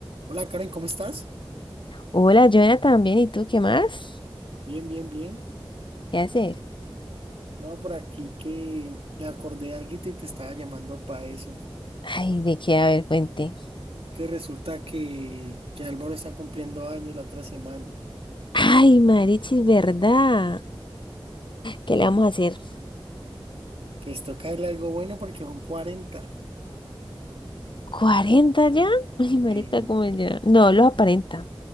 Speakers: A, on the right (about 80°); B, on the left (about 55°).
A: Hola Karen, ¿cómo estás?
B: Hola, Joana, también. ¿Y tú qué más?
A: Bien, bien, bien.
B: ¿Qué haces?
A: No, por aquí que me acordé de alguito y te estaba llamando para eso.
B: Ay, ¿de qué? A ver, cuente.
A: Que resulta que, que Álvaro está cumpliendo años la otra semana.
B: Ay, Marichis, ¿verdad?
A: Y
B: ¿Qué le vamos a hacer?
A: pues toca darle algo bueno porque son cuarenta
B: cuarenta ya? <laughs> Ay, marica,
A: Y
B: como ya. No, lo aparenta.